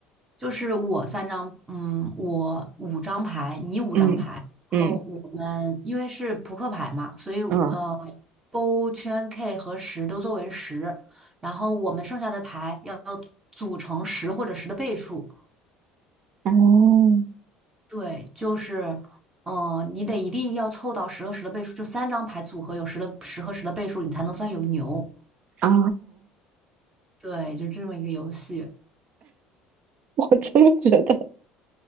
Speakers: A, on the right; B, on the right.
A: 就是我三张，嗯，我五张牌，你五张牌，
B: 嗯嗯
A: 然后我们因为是扑克牌嘛，所以呃，
B: 嗯，
A: 勾圈 K 和十都作为十，然后我们剩下的牌要组成十或者十的倍数。
B: 哦
A: 对，就是，嗯、呃你得一定要凑到十和十的倍数，就三张牌组合有十的十和十的倍数，你才能算有牛。
B: <laughs> 啊，
A: 对，就这么一个游戏。
B: 我真的觉得。